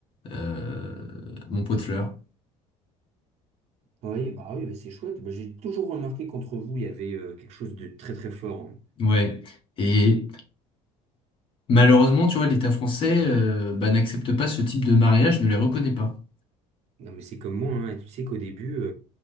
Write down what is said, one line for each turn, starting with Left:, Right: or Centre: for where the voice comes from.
Left: euh, mon pot de fleurs.
Right: Oui, bah oui, bah, c'est chouette. Bah, j'ai toujours remarqué qu'entre vous, il y avait euh, quelque chose de très très fort. hein.
Left: Ouais. Et malheureusement, tu vois, l'État français euh, bah, n'accepte pas ce type de mariage, ne les reconnaît pas.
Right: Non, mais c'est comme moi, hein. Tu sais qu'au début.